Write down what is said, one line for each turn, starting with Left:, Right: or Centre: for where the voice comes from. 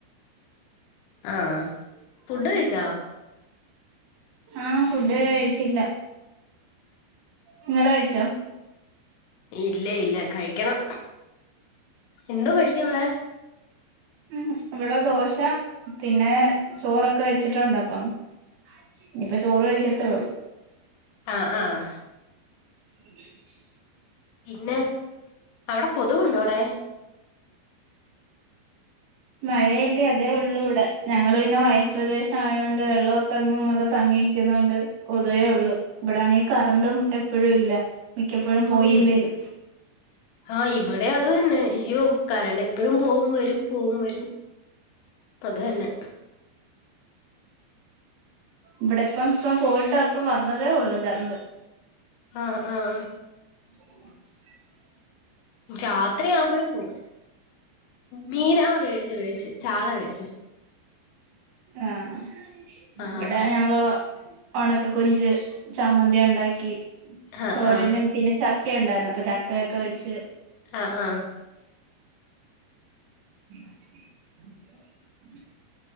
Left: ആഹ് ഫുഡ് കഴിച്ചാ
Right: ആഹ് ഫുഡ് കഴിച്ചില്ല നിങ്ങള് കഴച്ചോ
Left: ഇല്ല ഇല്ല കഴിക്കണം എന്തോ കഴിക്കും അവിടെ
Right: ഉം ഇവിടെ ദോശ പിന്നെ ചോറൊക്കെ വെച്ചിട്ടുണ്ട് അപ്പം ഇനിപ്പ ചോറ് കഴിക്കത്തേള്ളൂ
Left: ആഹ് ആഹ്
Right: <inaudible>
Left: പിന്നെ അവിടെ കൊതുവുണ്ടോ അവിടെ
Right: മഴയല്ലെ ഇതേ ഉള്ളൂ ഇവിടെ ഞങ്ങൾ പിന്നെ വയൽ പ്രരദേശം ആയോണ്ട് വെള്ളമൊക്കെ അങ്ങ് തങ്ങിയിക്കുന്നൊണ്ട് കോതുവേ ഉള്ളു ഇവിടാണെങ്കി കറണ്ടും എപ്പോഴും ഇല്ല മിക്കപ്പോഴും പോയി
Left: ഓയ്യോ
Right: വരും
Left: ആഹ് ഇവിടെയാ അത് തന്നെ ഇയ്യോ കരണ്ട് എപ്പോഴും പോവും വരും പോവും വരും അത് തന്നെ
Right: ഇവിടെ ഇപ്പം ഇപ്പം പോയിട്ട് അപ്പം വന്നതേ ഉള്ളൂ കറണ്ട്
Left: ആഹ് ആഹ്
Right: ഉ <inaudible>
Left: രാത്രിയാവുമ്പോഴും പോകും മീന മേടിച്ച് വേടച്ച് ചാള വേടിച്ച്
Right: ആഹ്
Left: ആഹ്
Right: ഇവിടെ ഞങ്ങള് ഉണക്കെ കൊഞ്ച് ചമ്മന്തി ഉണ്ടാക്കി
Left: ആഹ്
Right: തോരനും
Left: ആഹ്
Right: പിന്നെ ചക്ക ഉണ്ടായിരുന്നു അപ്പൊ ചക്കയൊക്കെ വെച്ച്
Left: ആഹ് ആഹ്
Right: ഉ <inaudible>